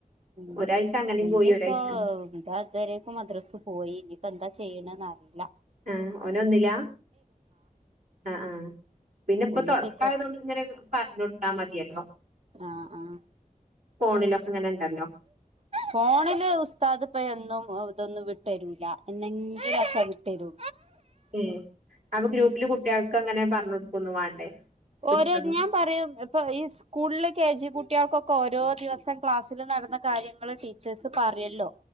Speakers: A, on the right; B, on the right.
A: ഉം
B: ഒരാഴ്ച അങ്ങനെയും
A: വെന്റെപ്പൊ
B: പോയി ഒരാഴ്ച
A: ഇതാ ഇതുവരേക്കും മദ്രസ്പോയി ഇനിപ്പോന്താ ചെയ്യണെന്നറീല.
B: ആഹ് ഓനൊന്നിലാ? ആഹ് ആഹ് പിന്നെ ഇപ്പൊ
A: ഒന്ന്ക്ക്
B: തുടക്കായതുകൊണ്ട് ഇങ്ങനെ പറഞ്ഞൊടുത്താ മതിയല്ലോ.
A: ആഹ് ആഹ്.
B: ഫോണിലൊക്കെ ഇങ്ങനെണ്ടല്ലോ.
A: ഫോണില് ഉസ്താദ് ഇപ്പ എന്നും ഇതൊന്നും വിട്ടരൂല്ല എന്നെങ്കിലൊക്കെ വിട്ടരു.
B: ഏഹ് അപ്പൊ ഗ്രൂപ്പില് കുട്ട്യാൾക്ക് അങ്ങനെ പറഞ്ഞ് കൊടുക്കൊന്നു വാണ്ടേ?
A: ഓരോ
B: ഇട്ത്തതും
A: ഞാൻ പറയും ഇപ്പൊ ഈ സ്കൂളിൽ കെ ജി കുട്ട്യാൾക്കൊക്കെ ഓരോ ദിവസം ക്ലാസ്സില് നടന്ന കാര്യങ്ങൾ ടീ ച്ചേസ് പറയല്ലോ